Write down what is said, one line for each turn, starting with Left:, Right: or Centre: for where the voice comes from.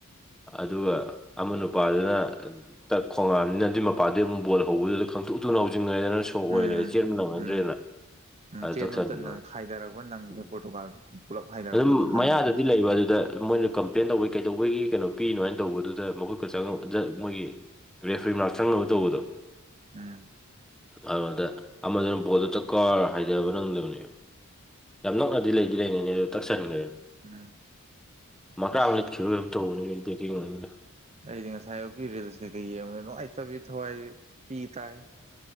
Centre: ꯑꯗꯨꯒ ꯑꯃ ꯅꯨꯄꯥꯗꯨꯅ ꯈꯣꯡꯉꯥꯝꯅꯤꯅ ꯑꯗꯨꯃꯛ ꯃꯄꯥꯗꯤ ꯑꯃꯨꯛ ꯕꯜ ꯍꯧꯕꯗꯨꯗ ꯈꯪꯇ ꯎꯇꯨꯡ ꯂꯥꯎꯖꯤꯡꯉꯗꯅ ꯁꯣꯛ ꯑꯣꯏꯔꯤꯉꯩꯗ
Right: ꯎꯝ
Centre: ꯆꯦꯟꯕ ꯅꯪꯅꯗ꯭ꯔꯦꯅ
Right: ꯎꯝ ꯎꯝ
Centre: ꯑꯗꯨ
Right: ꯆꯦꯟꯕ
Centre: ꯆꯠꯁꯟꯕꯤꯕ
Right: ꯃꯇꯝꯗ ꯍꯥꯏꯊꯔꯛꯄ ꯅꯪꯗ꯭ꯔꯦ
Centre: ꯎꯝ
Right: ꯄꯣꯔꯇꯨꯒꯥꯜ ꯄꯨꯂꯞ ꯍꯥꯏꯊꯔꯛꯇꯕꯗꯣ
Centre: ꯑꯗꯨꯝ
Right: ꯅꯪꯗ꯭ꯔꯦ
Centre: ꯃꯌꯥꯗꯗꯤ ꯂꯩꯕ ꯑꯗꯨꯗ ꯃꯣꯏꯅ ꯀꯝꯄ꯭ꯂꯦꯟ ꯇꯧꯕꯩ ꯀꯩꯗꯧꯕꯒꯤ ꯀꯩꯅꯣ ꯄꯤꯔꯤꯅꯣ ꯍꯥꯏꯅ ꯇꯧꯕꯗꯨꯗ ꯃꯈꯨꯠꯀ ꯆꯪꯉ ꯃꯣꯏꯒꯤ ꯔꯦꯐ꯭ꯔꯤ ꯃꯔ ꯆꯪꯅꯕ ꯇꯧꯕꯗꯣ
Right: ꯎꯝ
Centre: ꯑꯗꯨꯗ ꯑꯃꯗꯨꯅ ꯄꯣꯠꯇꯗ ꯀꯥꯔ ꯍꯥꯏꯊꯕ ꯅꯪꯗꯕꯅꯦꯕ ꯌꯥꯝ ꯅꯣꯛꯅꯗꯤ ꯂꯩꯗꯤ ꯂꯩꯅꯤꯅꯦ ꯑꯗꯨ ꯇꯛꯁꯟꯈ꯭ꯔꯦ
Right: ꯎꯝ
Centre: ꯃꯀ
Right: ꯑꯁ
Centre: ꯑ ꯈꯦ ꯊꯅ
Right: ꯑꯩꯗꯤ ꯉꯁꯥꯏꯌꯨꯀꯤ ꯔꯤꯜꯁ ꯀꯩꯀꯩ ꯌꯦꯡꯉꯒ ꯅꯨꯡꯉꯥꯏꯇꯕꯗꯤ ꯊꯋꯥꯏ ꯄꯤ ꯇꯥꯏ